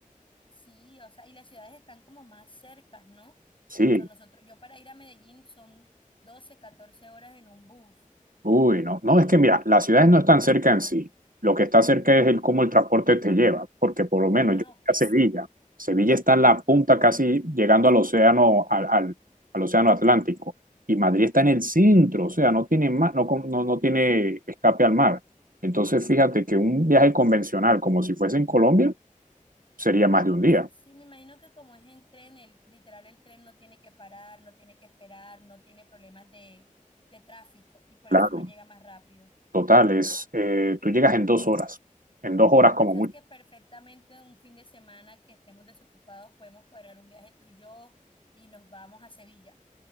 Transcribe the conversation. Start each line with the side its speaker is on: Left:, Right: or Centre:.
Left: Sí, o sea, y las ciudades están como más cercas, ¿no? Por
Right: Sí,
Left: ejemplo, nosotros, yo para ir a Medellín son 12 14 horas en un bus.
Right: Uy, no, no, es que mira, las ciudades no están cerca en sí. Lo que está cerca es el cómo el transporte te lleva, porque por lo menos
Left: Ah,
Right: yo fui
Left: ok.
Right: a Sevilla. Sevilla está en la punta casi llegando al océano, al, al, al océano Atlántico. Y Madrid está en el centro, o sea, no tiene ma- no, con- no, no tiene escape al mar. Entonces, fíjate que un viaje convencional, como si fuese en Colombia, sería más de un día.
Left: Sí, me imagino que como es en tren, el, literal el tren no tiene que parar, no tiene que esperar, no tiene problemas de, de tráfico y por
Right: Claro.
Left: eso uno llega más rápido. O
Right: Total, es, eh, tú llegas en dos horas, en dos horas como
Left: sea
Right: mucho.
Left: que perfectamente un fin de semana que estemos desocupados podemos cuadrar un viaje tú y yo y nos vamos a Sevilla.